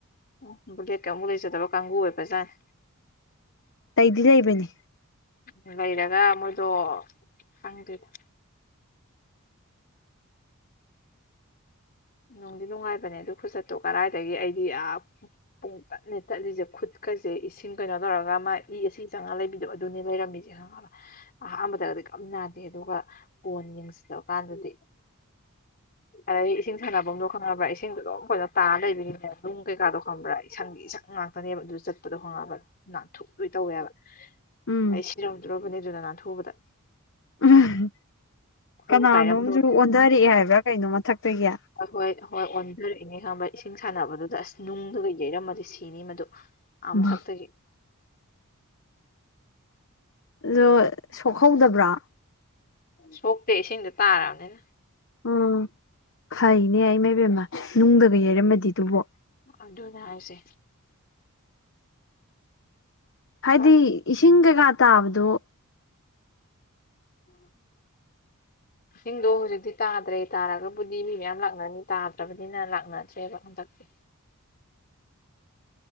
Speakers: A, on the left; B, on the left.
A: ꯑꯣ ꯕꯨꯂꯦꯠꯀ ꯑꯃꯕꯨꯛ ꯂꯩꯖꯗꯕ ꯀꯥꯡꯕꯨ ꯑꯣꯏꯕꯖꯥꯠꯅꯦ
B: ꯇꯇꯩꯗꯤ ꯂꯩꯕꯅꯤ
A: ꯎ ꯂꯩꯔꯒ ꯃꯣꯏꯗꯣ ꯍꯪꯗꯦꯗ ꯅꯨꯡꯗꯤ ꯅꯨꯡꯉꯥꯏꯕꯅꯦ ꯑꯗꯨ ꯈꯨꯆꯠꯇꯣ ꯀꯔꯏꯗꯒꯤ ꯑꯩꯗꯤ ꯄꯨꯡ ꯇꯠꯅꯦ ꯇꯠꯂꯤꯁꯦ ꯈꯨꯠꯀꯁꯦ ꯏꯁꯤꯡ ꯀꯩꯅꯣ ꯇꯧꯔꯒ ꯃꯥ ꯏꯁꯤꯡ ꯆꯥꯉꯥ ꯂꯩꯕꯤꯗꯣ ꯑꯗꯨꯅꯤ ꯂꯩꯔꯝꯃꯤꯁꯦ ꯈꯪꯉꯕ ꯑꯍꯥꯟꯕꯗꯒꯗꯤ ꯀꯞ ꯅꯥꯗꯦ ꯑꯗꯨꯒ ꯀꯣꯟ ꯌꯦꯡꯁꯤꯜꯂꯕ ꯀꯥꯟꯗꯗꯤ ꯑꯗꯩ ꯏꯁꯤꯡ ꯁꯥꯟꯅꯐꯝꯗꯣ ꯈꯪꯅꯕ꯭ꯔꯥ ꯏꯁꯤꯡꯗꯣ ꯑꯗꯨꯝ ꯐꯖꯅ ꯇꯥꯅ ꯂꯩꯕꯒꯤꯅꯦ ꯑꯗꯨꯝ ꯀꯩꯀꯥꯗꯣ ꯈꯪꯕ꯭ꯔꯥ ꯏꯁꯪꯒꯤ ꯏꯁꯪ ꯉꯥꯛꯇꯅꯦꯕ ꯑꯗꯨ ꯆꯠꯄꯗꯣ ꯍꯣꯡꯉꯛꯑꯕ ꯅꯥꯊꯣꯛ ꯂꯣꯏ ꯇꯧꯋꯦꯕ
B: ꯎꯝ
A: ꯑꯩ ꯁꯤꯔꯝꯗ꯭ꯔꯕꯅꯤ ꯑꯗꯨꯅ ꯅꯥꯟꯊꯨꯕꯗ
B: ꯎ
A: ꯈꯨꯔꯨ
B: ꯀꯅꯥꯅꯣꯝꯁꯨ
A: ꯀꯥꯏꯔꯝꯗꯧꯔꯦ
B: ꯑꯣꯟꯊꯔꯛꯑꯦ ꯍꯥꯏꯕ꯭ꯔꯥ ꯀꯩꯅꯣ ꯃꯊꯛꯇꯒꯤ
A: ꯍ ꯍꯣꯏ ꯍꯣꯏ ꯑꯣꯟꯊꯔꯛꯏꯅꯦ ꯈꯪꯕ ꯏꯁꯤꯡ ꯁꯥꯟꯅꯕꯗꯨꯗ ꯑꯁ ꯅꯨꯡꯗꯨꯒ ꯌꯩꯔꯝꯃꯗꯤ ꯁꯤꯅꯤ ꯃꯗꯨ
B: ꯑꯗꯣ
A: ꯑꯃ ꯁꯇꯒꯤ
B: ꯑꯗꯣ ꯁꯣꯛꯍꯧꯗꯕ꯭ꯔꯣ
A: ꯁꯣꯛꯇꯦ ꯏꯁꯤꯡꯗ ꯇꯥꯔꯕꯅꯤꯅ
B: ꯎꯝ ꯐꯩꯅꯦ ꯑꯩ ꯃꯥꯏꯕꯦꯝꯃ ꯅꯨꯡꯗꯒ ꯌꯩꯔꯝꯃꯗꯤꯗꯨꯕꯣ
A: ꯑꯗꯨꯅꯦ ꯍꯥꯏꯁꯦ
B: ꯍꯥꯏꯗꯤ
A: ꯐꯔꯦ
B: ꯏꯁꯤꯡ ꯀꯩꯀꯥ ꯇꯥꯕꯗꯣ
A: ꯎꯝ
B: <unintelligible>
A: ꯏꯁꯤꯡꯗꯣ ꯍꯧꯖꯤꯛꯇꯤ ꯇꯥꯗ꯭ꯔꯦ ꯇꯥꯔꯒꯕꯨꯗꯤ ꯃꯤ ꯃꯌꯥꯝ ꯂꯥꯛꯅꯅꯤ ꯇꯥꯗ꯭ꯔꯕꯅꯤꯅ ꯂꯥꯛꯅꯁꯦꯕ ꯍꯟꯗꯛꯇꯤ